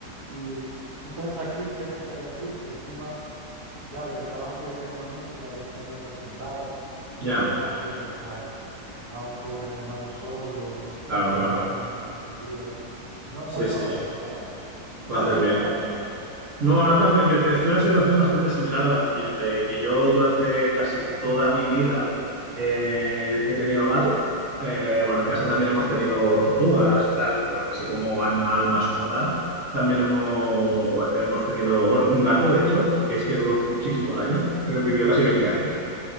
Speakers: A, on the right; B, on the right.
A: Y entonces aquí sé que estaría triste. Encima Claro, el trabajo que yo tengo de música, a veces me tengo que ausentar y
B: ya,
A: no quiero dejar a un pobre animal solo,
B: claro,
A: esperándome
B: claro.
A: tantos días. No,
B: Sí,
A: no tengo
B: sí,
A: corazón para eso.
B: lo haces
A: ¿Tú tienes
B: bien.
A: ahora?
B: No, ahora también me te- estoy en una situación bastante similar a la tuya, de que yo durante casi toda mi vida eh, he tenido gato. Eh, bueno, en casa también hemos tenido tortugas y tal, pero bueno, así como animal
A: Ah,
B: mascota, también hemos, hemos tenido, bueno, un gato, de hecho, porque es que duró muchísimos años, eh, vivió casi 20 años.